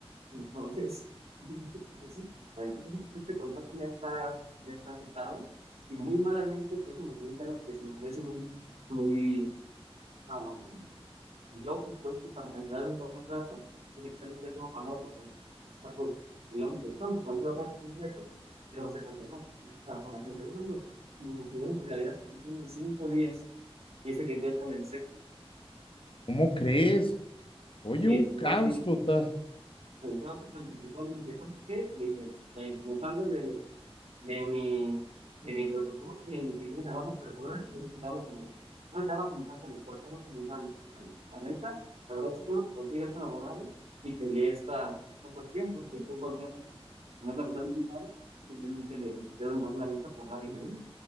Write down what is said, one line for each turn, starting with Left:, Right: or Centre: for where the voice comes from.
Right: Entonces, <laughs> pues, sí, bueno, este contrato ya está, ya está aceptado y muy malamente, que me un que se me parece muy, muy, ah, Lógico es que para cancelar un contrato tiene que ser el préstamo pagado por contrato. Lógico, entonces cualquier otra institución pero se canceló. O sea, para cancelar no. sin sin en realidad, tiene cinco días. Y ese que ya en el sexo.
Left: ¿cómo crees? Oye,
Right: Mire,
Left: un
Right: te
Left: caos
Right: puedo decir,
Left: total.
Right: pero creo que el fiscal me contó y dije, ¿sabes qué? Le dije, me me salgo de de mi, de mi protocolo, de mi pequeño trabajo personal, y he intentado como, no estaba como falta de cosas, estaba como humano. La, la neta, la verdad, si no consigues un abogado y peleé esta, esta cuestión porque es un contrato, no te lo anticipado, simplemente le, le quitaron dar la venta por la arriba.